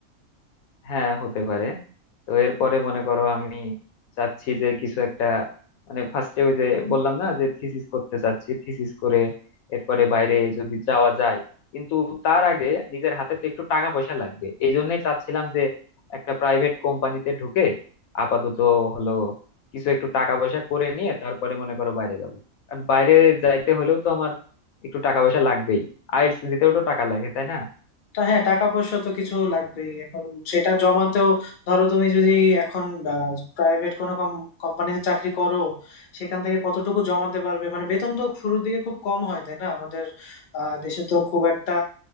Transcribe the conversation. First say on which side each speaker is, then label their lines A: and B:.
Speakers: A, on the left (about 80°); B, on the left (about 50°).
A: হ্যাঁ হতে পারে তো এরপরে মনে করো আমি চাচ্ছি যে কিছু একটা মানে ফার্স্টে ওই যে বললাম না যে থিসিস করতে চাচ্ছি থিসিস করে এরপরে বাইরে যদি যাওয়া যায় কিন্তু তার আগে নিজের হাতে তো একটু টাকা পয়সা লাগবে এই জন্যই চাচ্ছিলাম যে একটা প্রাইভেট কোম্পানিতে ঢুকে আপাতত হলো কিছু একটু টাকা পয়সা করে নিয়ে তারপরে মনে করো বাইরে যাব কারণ বাইরে যাইতে হলেও তো আমার একটু টাকা পয়সা লাগবেই আইএলটিএস দিতেও তো টাকা লাগে তাই না
B: তা হ্যাঁ টাকা পয়সা তো কিছু লাগবেই এখন সেটা জমাতেও ধরো তুমি যদি এখন প্রাইভেট কোনো কোম্পানিতে চাকরি করো সেখান থেকে কতটুকু জমাতে পারবে মানে বেতন তো শুরুর দিকে খুব কম হয় তাই না আমাদের আহ, দেশে তো খুব একটা